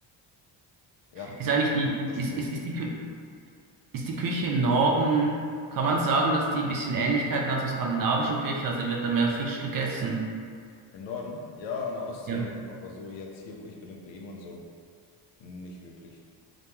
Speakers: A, on the left; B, on the right.
A: ja,
B: Ist eigentlich die,
A: Unterschiede.
B: ist, ist, ist die, Kü- ist die Küche im Norden, kann man sagen, dass die ein bisschen Ähnlichkeiten hat zur skandinavischen Küche, also wird da mehr Fisch gegessen?
A: Im Norden, ja, an der Ostsee
B: Ja.
A: und so, aber so jetzt hier, wo ich bin, in Bremen und so, nicht wirklich.